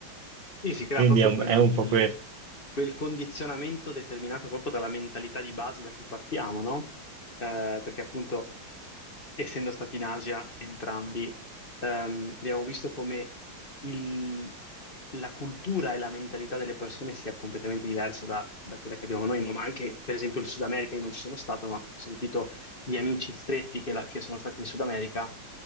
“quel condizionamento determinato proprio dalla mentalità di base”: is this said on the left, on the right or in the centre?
Left